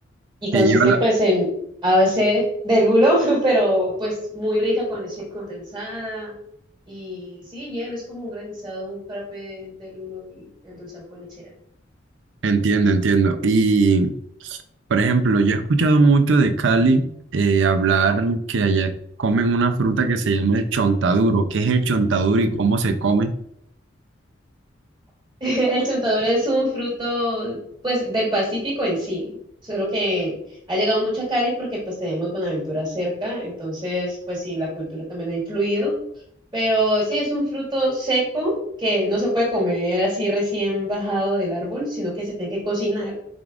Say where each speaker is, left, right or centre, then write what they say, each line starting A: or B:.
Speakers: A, on the right; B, on the right.
A: Y consiste
B: que lleva la...
A: pues en a base de lulo, <laughs> pero pues muy rica con leche condensada. Y sí, hielo es como un granizado, un frappé de lulo y endulzado con lechera.
B: Entiendo, entiendo. Y Por ejemplo, yo he escuchado mucho de Cali eh, hablar que allá comen una fruta que se llama el chontaduro. ¿Qué es el chontaduro y cómo se come?
A: <laughs> El chontaduro es un fruto, pues, del Pacífico en sí, solo que ha llegado mucho a Cali porque, pues, tenemos Buenaventura cerca, entonces, pues, sí, la cultura también ha influido, pero sí, es un fruto seco que no se puede comer así recién bajado del árbol, sino que se tiene que cocinar,